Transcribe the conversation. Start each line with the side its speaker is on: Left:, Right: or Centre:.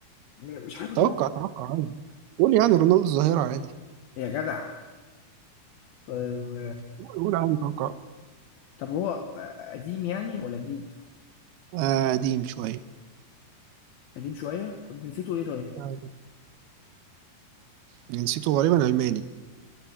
Left: م- مش عارف اتوقع
Right: توقع توقع عادي قول يعني رونالدو الظاهرة عادي
Left: يا جدع طيب
Right: قول قول عادي توقع
Left: طب هو قديم يعني ولا جديد؟
Right: آه قديم شوية
Left: قديم شوية طب جنسيته ايه طيب؟
Right: أيوة. جنسيته غالبا ألماني